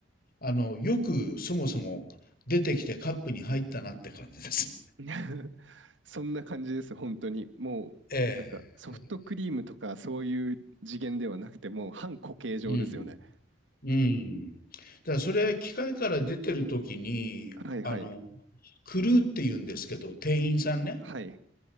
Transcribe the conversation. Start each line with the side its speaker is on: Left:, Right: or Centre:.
Left: あの、よくそもそも出てきてカップに入ったなって感じです。
Right: <laughs> そんな感じです、本当に。もう、
Left: ええ。
Right: なんか、ソフトクリームとか、そういう次元ではなくて、もう、半固形状ですよね。
Left: うん。うん。だからそれ、機械から出てる時に、
Right: はいはい。
Left: あの、クルーって言うんですけど、店員さんね。
Right: はい。